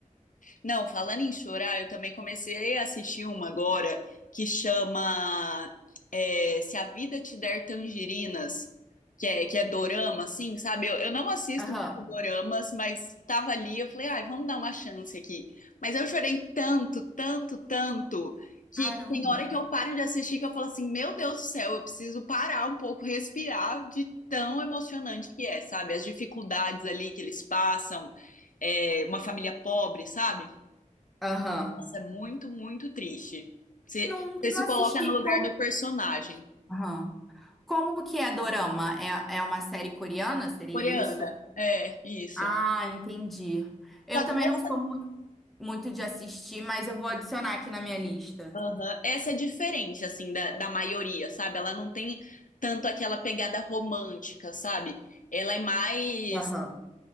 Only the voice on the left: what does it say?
Não, falando em chorar, eu também comecei a assistir uma agora que chama é, Se a Vida Te Der Tangerinas, que é, que é dorama, assim, sabe? Eu, eu não assisto
muito doramas, mas tava ali, eu falei, ai, vamos dar uma chance aqui. Mas eu chorei tanto, tanto, tanto, que,
que tem hora que eu paro de assistir que eu falo assim, meu Deus do céu, eu preciso parar um pouco, respirar de tão emocionante que é, sabe? As dificuldades ali que eles passam, é, uma família pobre, sabe?
Nossa, é muito, muito triste. Você,
você se
coloca no lugar
do personagem.
Coreana.
É, isso.
Só
que essa,
aham, essa é diferente, assim, da, da maioria, sabe? Ela não tem tanto aquela pegada romântica, sabe? Ela é mais